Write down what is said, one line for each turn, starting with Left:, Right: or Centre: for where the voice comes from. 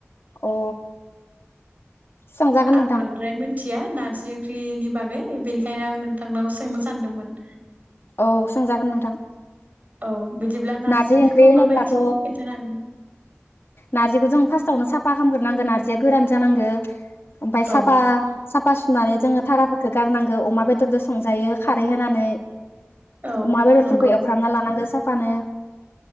Left: अ सोंजागोन
Right: आं
Left: नोंथां
Right: बांद्राय मिनथि थिया नारजि ओंख्रिनि बागै बेनिखायनो आं नोंथांनाव सोंनो सानदोंमोन।
Left: औ सोंजागोन नोंथां।
Right: औ बिदिब्ला
Left: नारजि
Right: ओंख्रिखौ
Left: ओंख्रि होनोब्लाथ'
Right: माबायदि सङो खिन्थानो हागोन
Left: नारजिखौ जों फार्स्ट फासावनो साफा खालामगोरनांगोन नारजिया गोरान जानांगो। ओमफाय साफा
Right: औ
Left: साफा सुनानै जोङो थाराखो गारनांगौ अमा बेदरजो संजायो खारै होनानै।
Right: औ
Left: अमा बेदरफोरखो
Right: नंगौ
Left: एवफ्रामना लानांगो साफ फानो।